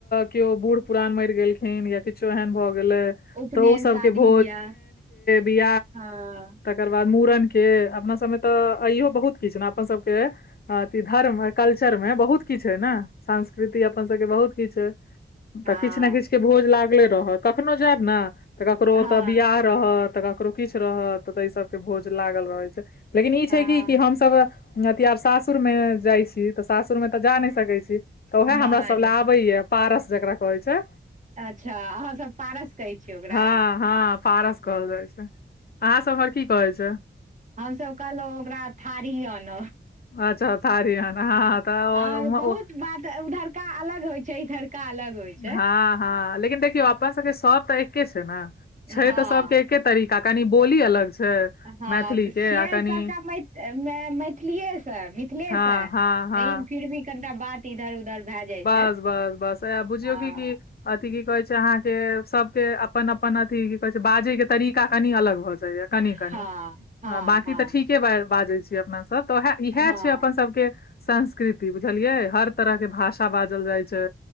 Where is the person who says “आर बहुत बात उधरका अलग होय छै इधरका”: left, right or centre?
Right